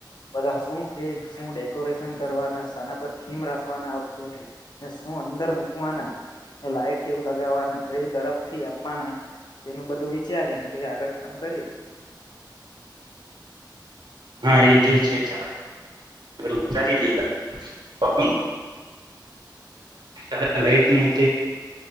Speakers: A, on the left (about 65°); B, on the right (about 70°).
A: બધા શું કે શું ડેકોરેશન કરવાના પર થીમ રાખવાના શું અંદર મુકવાના લાઈટ કેવું લગાવવાના કઈ તરફથી ખવાના તેનું બધું વિચારીએ અને પછી આગળ કામ કરીએ
B: હા એ જે છે આપ <unintelligible> ઓછું કરાય પણ